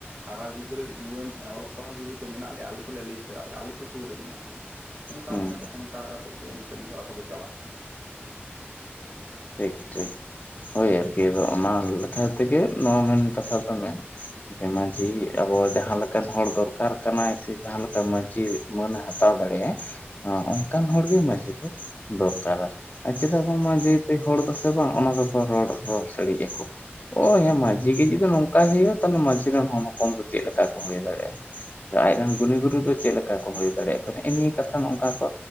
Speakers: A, on the right (about 50°); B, on the left (about 35°).
A: ᱦᱟᱨᱟ ᱜᱤᱫᱽᱨᱟᱹ ᱡᱩᱣᱟᱹᱱ ᱚᱞᱚᱜ ᱯᱟᱲᱦᱟᱜ ᱜᱤᱫᱽᱨᱟᱹ ᱛᱚ ᱢᱮᱱᱟᱜ ᱞᱮᱭᱟ ᱟᱞᱮ ᱞᱟᱹᱭ ᱥᱮᱬᱭᱟ ᱟᱞᱮ ᱛᱚ ᱥᱩᱨ ᱨᱮ ᱢᱮᱱᱟᱜ ᱜᱮᱭᱟ ᱚᱱᱠᱟ
B: ᱦᱩᱸ
A: ᱢᱚᱱᱮ ᱠᱟᱜᱟᱢ ᱚᱱᱠᱟ ᱠᱟᱛᱮᱫ ᱜᱮ ᱠᱟᱹᱢᱤ ᱦᱚᱨᱟ ᱠᱚᱫᱚ ᱪᱟᱞᱟᱜ ᱠᱟᱱᱟ
B: ᱴᱷᱤᱠ ᱴᱷᱤᱠ ᱦᱳᱭ ᱟᱨᱠᱤ ᱟᱫᱚ ᱚᱱᱟ ᱞᱮᱠᱷᱟ ᱛᱮᱜᱮ ᱱᱚᱣᱟ ᱢᱮᱱ ᱠᱟᱛᱷᱟ ᱫᱚ ᱢᱮ ᱡᱮ ᱢᱟᱺᱡᱷᱤ ᱟᱵᱚ ᱡᱟᱦᱟᱸ ᱞᱮᱠᱟᱱ ᱦᱚᱲ ᱫᱚᱨᱠᱟᱨ ᱠᱟᱱᱟᱭ ᱥᱮ ᱡᱟᱦᱟᱸ ᱞᱮᱠᱟᱱ ᱢᱟᱺᱡᱷᱤ ᱢᱟᱹᱱᱮ ᱦᱟᱛᱟᱣ ᱫᱟᱲᱮᱭᱟᱜᱼᱟ ᱚᱱᱠᱟᱱ ᱦᱚᱲᱜᱮ ᱢᱟᱺᱡᱷᱤ ᱫᱚ ᱫᱚᱨᱠᱟᱨᱟ ᱟᱨ ᱪᱮᱫᱟᱜ ᱵᱟᱝ ᱢᱟ ᱡᱟᱹᱭᱛᱟᱹᱭ ᱦᱚᱲ ᱫᱚᱥᱮ ᱵᱟᱝ ᱚᱱᱟ ᱫᱚᱠᱚ ᱨᱚᱲ ᱨᱚᱲ ᱫᱟᱲᱮᱭᱟᱜᱼᱟᱠᱚ ᱳᱭ ᱢᱟᱡᱷᱤ ᱜᱮ ᱡᱩᱫᱤ ᱱᱚᱝᱠᱟᱭ ᱦᱩᱭᱩᱜᱳᱼᱟ ᱛᱟᱦᱚᱞᱮ ᱢᱟᱡᱷᱤᱨᱮᱱ ᱦᱚᱱ ᱦᱚᱯᱚᱱ ᱫᱚ ᱪᱮᱫ ᱞᱮᱠᱟ ᱠᱚ ᱦᱩᱭ ᱫᱟᱲᱮᱭᱟᱜᱼᱟ ᱟᱡ ᱨᱮᱱ ᱜᱩᱱᱤ ᱜᱩᱨᱩᱤ ᱫᱚ ᱪᱮᱫ ᱞᱮᱠᱟ ᱠᱚ ᱦᱩᱭ ᱫᱟᱲᱮᱭᱟᱜ ᱠᱚᱣᱟ ᱱᱤ ᱱᱤᱭᱟᱹ ᱠᱟᱛᱷᱟ ᱱᱚᱝᱠᱟ ᱠᱚ